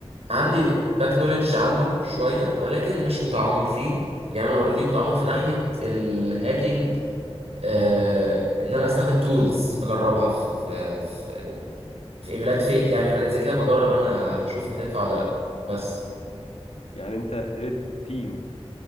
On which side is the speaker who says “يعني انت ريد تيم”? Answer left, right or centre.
Left